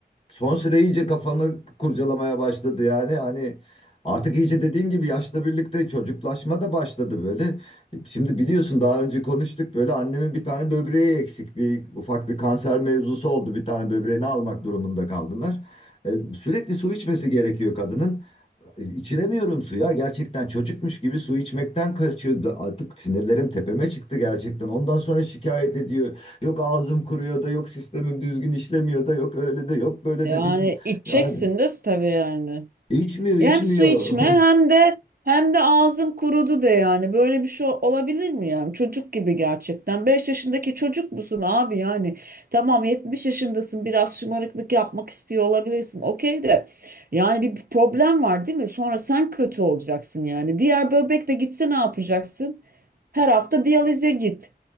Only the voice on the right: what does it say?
yani
içeceksin
de tabii yani.
Hem su içme
hem de hem de ağzım kurudu de yani. Böyle bir şey olabilir mi yani? Çocuk gibi gerçekten. beş yaşındaki çocuk musun abi yani? Tamam 70 yaşındasın biraz şımarıklık yapmak istiyor olabilirsin. Okey de yani bir problem var değil mi? Sonra sen kötü olacaksın yani. Diğer böbrek de gitse ne yapacaksın? Her hafta diyalize git.